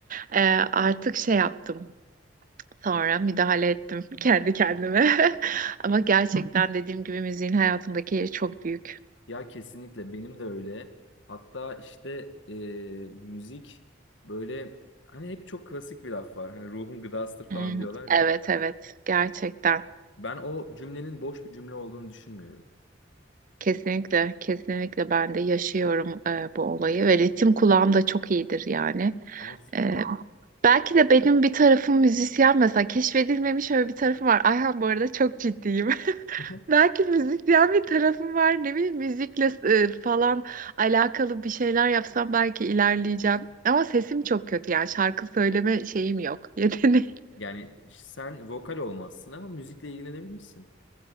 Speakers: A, on the right; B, on the left.
A: Ee, artık şey yaptım. Sonra müdahale ettim <laughs> kendi kendime. <laughs> Ama gerçekten dediğim gibi müziğin hayatımdaki yeri çok büyük.
B: Ya kesinlikle benim de öyle. Hatta işte e, müzik böyle hani hep çok klasik bir laf var. Hani ruhun gıdasıdır falan
A: Hmm,
B: diyorlar
A: Evet
B: ya.
A: evet gerçekten.
B: Ben o cümlenin boş bir cümle olduğunu düşünmüyorum.
A: Kesinlikle kesinlikle ben de yaşıyorum e, bu olayı ve ritim kulağım da çok iyidir yani.
B: Aa süper
A: E,
B: yani.
A: belki de benim bir tarafım müzisyen mesela keşfedilmemiş öyle bir tarafım var. Ayhan bu arada çok ciddiyim.
B: <laughs>
A: Belki müzikten bir tarafım var. Ne bileyim müzikle e, falan alakalı bir şeyler yapsam belki ilerleyeceğim. Ama sesim çok kötü yani şarkı söyleme şeyim yok. <laughs> Yeteneğim.
B: Yani sen vokal olmazsın ama müzikle ilgilenebilirsin.